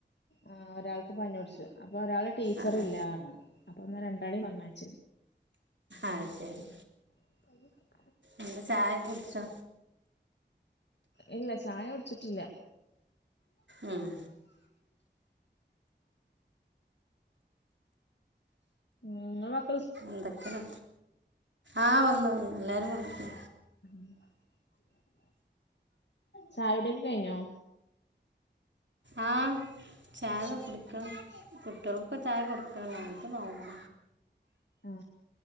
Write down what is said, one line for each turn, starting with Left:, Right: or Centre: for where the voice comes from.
Left: ആ ഒരാൾക്ക് പനിപിടിച്ചു അപ്പൊ ഒരാള് ടീച്ചർ
Right: അതെ
Left: ഇല്ലാ പറഞ്ഞ് അപ്പൊ എന്നാ രണ്ടാളേം പറഞ്ഞേച്ച്
Right: ആ ശരി
Left: <unintelligible>
Right: എന്താ ചായ കുടിച്ചോ
Left: ഇല്ല ചായ കുടിച്ചിട്ടില്ല
Right: ഉം
Left: ഉം <unintelligible>
Right: എന്തൊക്കെയാണ് ആ വന്നു വന്നു എല്ലാരും വന്നു
Left: <unintelligible> ചായുടി ഒക്കെ കയിഞ്ഞോ
Right: ആ ചായ കുടിക്കണ് കുട്ട്യോൾക്ക് ചായ കൊട്ക്കണ് ഞങ്ങക്ക് നോമ്പ
Left: ആ